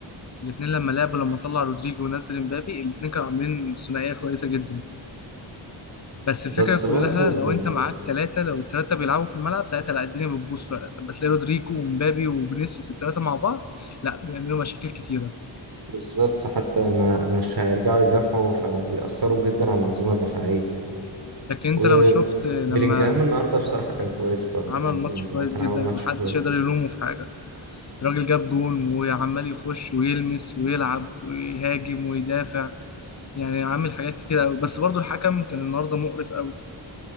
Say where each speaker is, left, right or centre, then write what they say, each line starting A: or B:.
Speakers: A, on the left; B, on the right.
A: الاثنين لما لعبوا لما طلع رودريجو ونزل مبابي الاثنين كانوا عاملين ثنائيه كويسه جدا بس الفكرة
B: بس
A: كلها
B: برضو ال-
A: لو انت معاك ثلاثة لو الثلاثة بيلعبوا في الملعب ساعتها لا الدنيا بتبوظ فعلا لما تلاقي رودريجو ومبابي وفينيسيوس الثلاثة مع بعض لا بيعملوا مشاكل كتيرة
B: بالظبط حتى ما مش هيرجعوا يدافعوا فبيأثروا جدا على المنظومة الدفاعية
A: لكن انت
B: وبيلينجهام
A: لو شفت لما
B: النهارده بصراحة كان كويس برضو
A: عمل
B: يعني بيلينجهام
A: ماتش كويس
B: كان
A: جدا
B: عامل ماتش
A: محدش
B: كويس
A: يقدر يلومه في حاجة الراجل جاب جون وعمال يخش ويلمس ويلعب ويهاجم ويدافع يعني عامل حاجات كتيرة قوي بس برضو الحكم كان النهاردة مقرف قوي